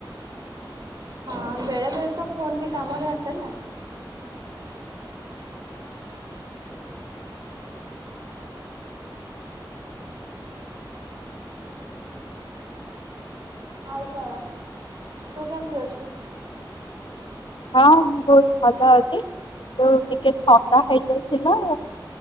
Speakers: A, on the right (about 55°); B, on the left (about 75°).
A: ଅ ବେଳେବେଳେ ତ ଫୋନ ବି କାମରେ ଆସେ ନା। ଆଉ କଣ ତୁ କେମିତି ଅଛୁ?
B: ହଁ ମୁଁ ବହୁତ ଭଲ ଅଛି ତୁ ଟିକେ ଥଣ୍ଡା ହେଇଯାଇଥିଲା।